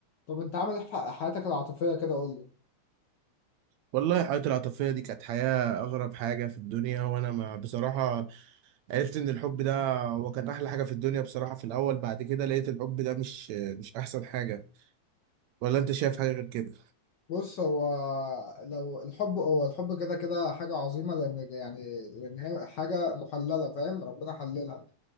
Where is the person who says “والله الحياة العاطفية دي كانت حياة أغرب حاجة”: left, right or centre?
Right